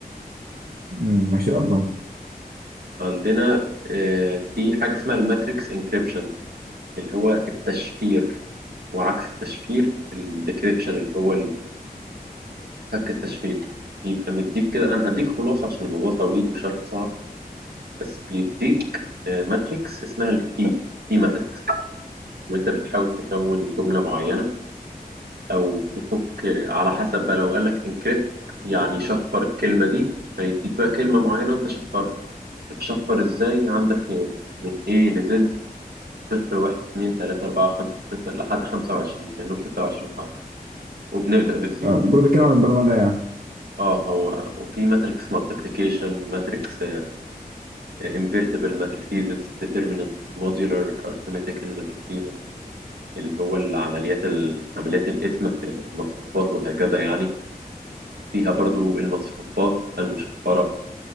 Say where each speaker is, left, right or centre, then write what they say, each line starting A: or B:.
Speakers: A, on the right; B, on the right.
A: مم، ماشي الله
B: عندنا آه، في حاجة اسمها الماتريكس انكريبشن اللي هو التشفير وعكس التشفير الديكريبشن اللي هو فك التشفير يبقى مديك كده انا هديك خلاصة عشان الموضوع طويل وشرحه صعب بس بيديك آه، ماتريكس اسمها الكي كي ماتريكس وانت بتحاول تكون جمله معينه او تفك آه، على حسب بقى لو قال لك انكريبت يعني شفر الكلمه دي فيديك بقى كلمه معينه وانت شفرها بتشفر ازاي عندك آه، من A ل Z صفر واحد اتنين تلاتة أربعة خمسة ستة لحد خمسة وعشرين لأنه بستة وعشرين حرف وبنبدأ بالزيرو
A: آه كله بيتكلم عن البرمجه يعني
B: اه هو وفي ماتريكس مالتيبليكيشن ماتريكس انفيرتبل ماتريسيز ديترمينانتس موديولار ارثماتيك ماتريسيز اللي هو العمليات ال- عمليات القسم في المصفوفات وهكذا يعني فيها برضو المصفوفات المشفرة